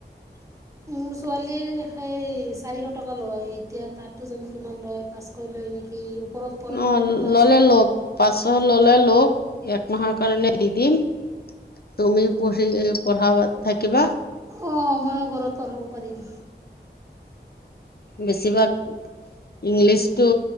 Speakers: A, on the left; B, on the right.
A: <inaudible>
B: মোৰ ছোৱালীৰ সেই চাৰিশ টকা লয়। এতিয়া তাতো জানো কিমান লয় পাঁচশ লয় নেকি? ওপৰত পৰে
A: অ
B: নহয় ক্লাছ
A: ললে
B: ফাইভ
A: লক পাঁচশ ললে লক একমাহৰ কাৰণে দি দিম তুমিও পঢ়ি পঢ়াবা থাকিবা।
B: অ ময়ো ঘৰত পঢ়াব পাৰিম।
A: বেছিভাগ ইংলিছটো